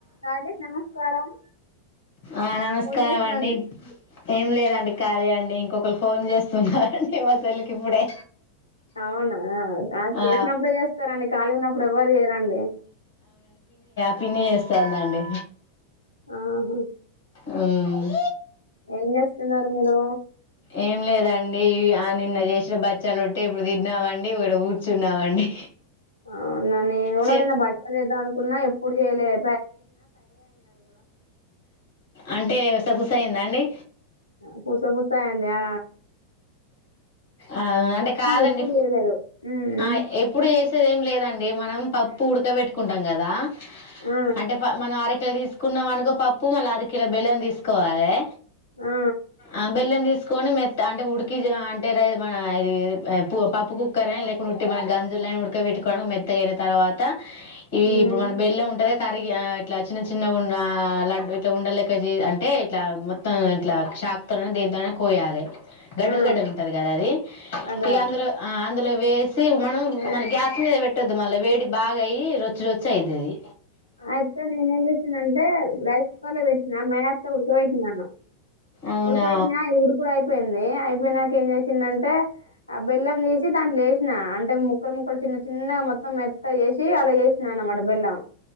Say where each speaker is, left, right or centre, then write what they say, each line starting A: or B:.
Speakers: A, on the left; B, on the left.
A: రాజేష్ నమస్కారం
B: ఆ నమస్కారం
A: ఫోన్ చేసినందుకు
B: అండి ఏం లేదండి ఖాళీ అండి ఇంకొక ఒకలు ఫోన్ చేస్తున్నారండి మా సెల్లుకి ఇప్పుడే
A: అవునా అ
B: ఆ
A: చేసినప్పుడు చేస్తారండి కాాలగా ఉన్నప్పుడు ఎవ్వరు చేయరండి
B: పిని చేస్తాందడి
A: ఆహా
B: హ్మ్మ్
A: ఏం చేస్తున్నారు మీరు
B: ఏం లేదండి ఆ నిన్న చేసిన బచ్చాలు ఉట్టే ఇప్పుడు తిన్నామండి ఇడ కూర్చున్నామండి
A: అవునా నేను కూడా
B: చె
A: నిన్న భక్షాలు చేద్దామనుకున్నా ఎప్పుడు చేయలేదు
B: అంటే తగుస అయిందా అండి
A: పూసా పూస అయిందా
B: అ అంటే కాదండి
A: ఎప్పుడు చేయలేదు ఉమ్
B: ఆ ఎప్పుడు చేసేది ఏం లేదండి మనం పప్పు ఉడకబెట్టుకుంటాం కదా
A: ఆ
B: అంటే ప మన ఆరక తీస్ తీసుకున్నాం అనుకో పప్పు మళ్లా అర కిలో బెల్లం తీసుకోవాలే
A: ఆ
B: ఆ బెల్లం తిస్ కొని మేత్తా ఉడ్ కిజ అంటే రైజ్ మన ఇది ప పప్పు కుక్కర లేకుంటే మన గంజుల ఉడకబెట్టుకోవడానికి మెత్తగైన తర్వాత ఇవి
A: ఉమ్
B: ఇప్పుడు మన బెల్లం ఉంటద కరిగి ఆ ఇట్లా చిన్న చిన్న ఉన్న లడ్ ఇట్లా ఉండలేక అంటే ఇట్లా మొత్తం ఇట్లా షాక్ తో దేంతో అయినా కోయాలి. గడ్డలు
A: ఆ
B: గడ్డలు ఉంటది కదా అది
A: అదే
B: ఇక
A: అదే
B: అందరు ఆ అందులో వేసి మనం మన్ గ్యాస్ మీద పెట్టొద్ది మళ్ళీ వేడి బాగా అయి రొచ్చి రొచ్చి అయితది.
A: అయితే నేను ఏం చేసిన అంటే రైస్ కుకర్లో పెటిన్య మేత్తగా వుడుకు పోయిసినాను.
B: అవునా
A: ఉడకబెట్టినా ఉడకు అయిపోయింది అయిప్ పోయినాక ఏం చేసింది అంటే ఆ బెల్లం తీసి దాన్ వేసినా అంటే ముక్కలు ముక్కలు చిన్న చిన్నగా మొత్తం మెత్తగా చేసి అలా చేసినా అనమాట బెల్లం.